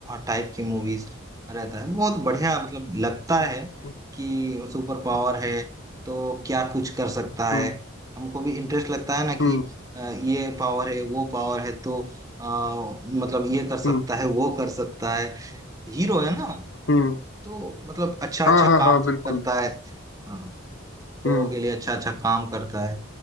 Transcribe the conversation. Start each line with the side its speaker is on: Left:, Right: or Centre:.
Right: टाइप की मूवीज रहता है बहुत बढ़िया मतलब लगता
Left: हम्म
Right: है कि सुपर पावर है तो क्या कुछ कर सकता
Left: हम्म
Right: है हमको भी इंटरेस्ट लगता है ना कि
Left: हम्म
Right: अ, ये पावर है वो पावर है तो आ, मतलब ये कर सकता
Left: हम्म
Right: है वो कर सकता है हीरो है ना
Left: हम्म, हम्म,
Right: तो मतलब अच्छा
Left: हाँ
Right: अच्छा
Left: हाँ
Right: काम
Left: हाँ
Right: सब
Left: बिल्कुल
Right: करता है हाँ, लोगों
Left: हम्म
Right: के लिए अच्छा अच्छा काम करता है